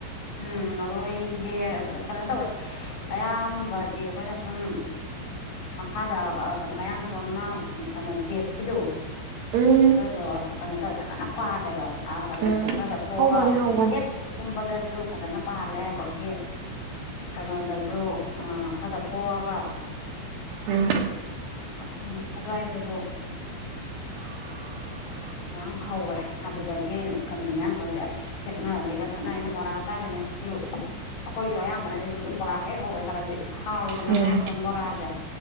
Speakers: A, on the left; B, on the right.
A: ꯎꯝ ꯃꯔꯣꯏꯁꯦ ꯀꯩꯅꯣ ꯇꯧꯋꯦ ꯑꯌꯥꯝꯕꯗꯤ ꯑꯩꯈꯣꯏꯅ ꯁꯨꯝ ꯃꯈꯥꯗ ꯀꯩꯅꯣ ꯃꯌꯥꯡꯇꯣꯟ ꯑꯃ ꯀꯩꯅꯣ ꯗꯦꯁꯀꯤꯗꯨꯣ
B: ꯎꯝ
A: ꯍꯗ ꯀꯩꯅꯣ ꯇ ꯊꯅ ꯄꯥꯔꯂꯦꯕ ꯀꯩꯅꯣ
B: ꯎꯝ
A: ꯈꯔ ꯆꯠꯊꯣꯛꯑꯒ
B: ꯍꯧꯕꯅꯦ ꯍꯧꯕꯅꯦ
A: ꯍꯦꯛ ꯀꯨꯝꯕꯗꯁꯨ ꯐꯖꯅ ꯄꯥꯜꯂꯦ ꯑꯗꯒꯤ ꯀꯩꯅꯣꯗꯁꯨ ꯈꯔ ꯆꯠꯊꯣꯛꯑꯒ
B: ꯎꯝ
A: ꯑ ꯑꯗ ꯍꯥꯏꯗꯁꯨꯣ
B: <unintelligible>
A: ꯃꯌꯥꯝ ꯍꯧꯋꯦ ꯑꯗꯨꯗꯒꯤ ꯀꯩꯅꯣ ꯃꯌꯥꯝ ꯇꯣꯟꯁꯦ ꯑꯁ ꯍꯦꯛꯅꯔꯒꯦꯕ ꯊꯠꯅꯅ ꯕꯣꯔꯥꯁ ꯇꯥꯕꯅꯦ ꯑꯩꯈꯣꯏꯁꯨ ꯑꯌꯥꯝꯕꯅꯗꯤꯁꯨ ꯑꯗꯨꯝ ꯕꯣꯔꯥ ꯍꯦꯛ ꯍꯧꯒꯦ ꯈꯜꯂꯗꯤ ꯍꯥꯎꯋꯏꯗꯅ
B: ꯎꯝ
A: ꯃꯌꯥꯡ ꯁꯣꯟ ꯕꯣꯔꯥꯁꯦ